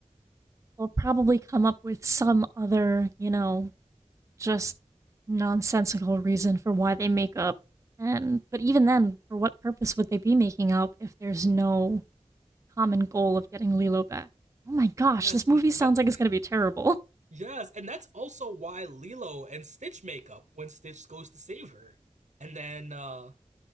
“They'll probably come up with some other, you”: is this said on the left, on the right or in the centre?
Right